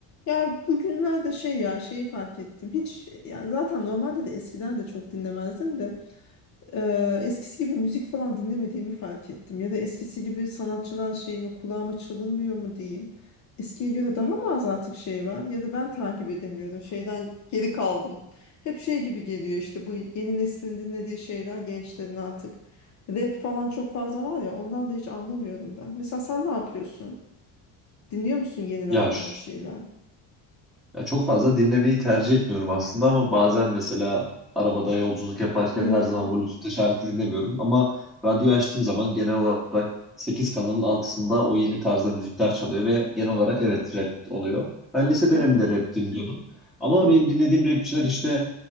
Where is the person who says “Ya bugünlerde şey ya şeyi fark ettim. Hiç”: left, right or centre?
Left